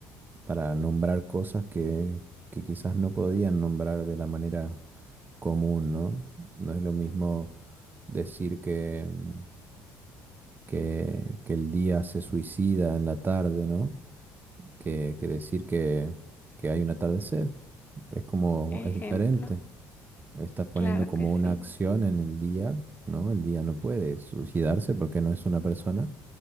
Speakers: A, on the right; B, on the left.
A: Para nombrar cosas que, que quizás no podían nombrar de la manera común, ¿no? No es lo mismo decir que, mm, que, que el día se suicida en la tarde, ¿no? que, que decir que, que hay un atardecer. Es como,
B: Ejemplo,
A: es diferente. Estás poniendo
B: claro
A: como
B: que sí.
A: una acción en el día, ¿no? El día no puede suicidarse porque no es una persona.